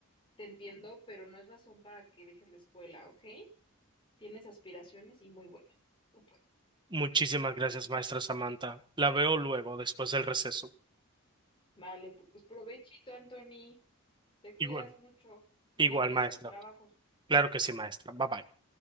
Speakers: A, on the left; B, on the right.
A: Te entiendo, pero no es razón para que dejes la escuela, ¿ok? Tienes aspiraciones y muy buenas. Tú puedes.
B: Muchísimas gracias, maestra Samantha. La veo luego, después del receso.
A: Vale, pues provechito, Anthony. Te cuidas
B: Igual,
A: mucho y
B: igual,
A: no olvides
B: maestra.
A: tus trabajos.
B: Claro que sí, maestra. Bye bye.